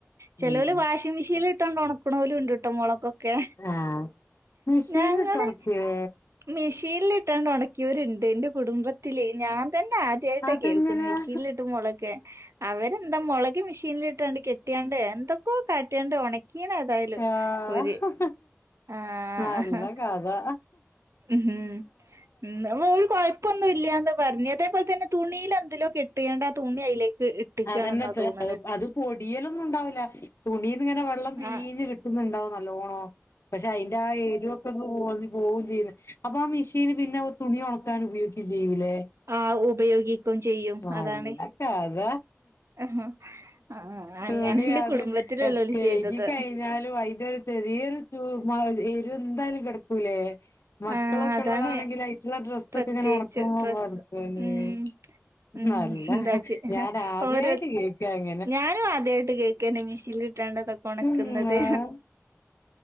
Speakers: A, on the right; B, on the left.
A: ചെലവര്
B: ഉം
A: വാഷിംഗ് മെഷീനി ലിട്ടോണ്ട് ഉണക്കണോലുണ്ട് കേട്ടോ മുളകൊ ക്കെ
B: ആഹ് മിഷീനിലിട്ട്
A: ഞങ്ങള്
B: ഒണക്കിയേ
A: മെ ഷീനിലിട്ടോണ്ട് ഉണക്കിയവരുണ്ട് എൻ്റെ കുടുംബത്തില് ഞാൻ ഞാൻ ആദ്യവായിട്ടാ
B: അതെങ്ങനെയാ
A: കേൾക്കുന്നെ മിഷനിലിട്ട് മുളക് അവരെന്താ മുള ക് മെഷീനിലിട്ടാണ്ട് കെട്ടിയാണ്ട് എന്തൊക്കോ കാട്ടിയാണ്ട് ഉണക്കീയന് ഏതായിലും
B: ആഹ്
A: ഓര് ആഹ്
B: നല്ല കഥാ
A: ഉം ഉം ഓര് കുഴപ്പൊന്നും ഇല്യാന്ന് പറഞ്ഞ് അതേപോലെ തന്നെ തുണീലെന്തിലോ കെട്ടിയോണ്ട് ആ തുണി അയിലേക്ക് ഇട്ട്ക്കാണെന്നാ
B: അതന്നെ തെ
A: തോന്ന്ണ്
B: അത് പൊടിയലൊന്നും ഉണ്ടാവില്ല തുണീന്നിങ്ങനെ വെള്ളം പീഞ്ഞ്
A: ആ
B: കിട്ടു ന്നുണ്ടാവും നല്ലോണം പക്ഷെ അതിന്റെ ആ എരിവൊക്കെ ഒക്കെ ഒന്ന് പോ വുകയും ചെയ്യൂന്ന് അപ്പൊ ആ മെഷീന് പിന്നെ തുണി ഒണ ക്കാൻ ഉപയോഗിക്കുകയും ചെയ്യൂല്ലേ
A: ആ ഉപയോഗിക്കും ചെയ്യും
B: നല്ല
A: അതാണ്
B: കഥ
A: ആഹ്. ആ
B: തുണി
A: അങ്ങനെ എന്റെ
B: അത്
A: കുടുംബത്തിലുള്ളോല്
B: ഇഎ കഴ്കിക്കഴിഞ്ഞാലും
A: ചെയ്തത്
B: അയിന്റെ ഒരു ചെറിയൊരു ചൂ എരുവ് എന്തായാലും കെട ക്കൂല്ലെ മക്കളൊക്കെ
A: ആ അതാണ്
B: ഉള്ളതാണെങ്കിൽ <unintelligible>
A: പ്രത്യേകിച്ച് ഡ്രസ്സ് ഉം ഉം എന്താച്ച്
B: <unintelligible> <unintelligible>
A: ഓരോ ഞാനും ആദ്യായിട്ട് കേക്കന്നെ മിശീല്ല് ഇട്ടാണ്ട് ഇതൊക്കെ ഒണക്കുന്നത്
B: അള്ളാ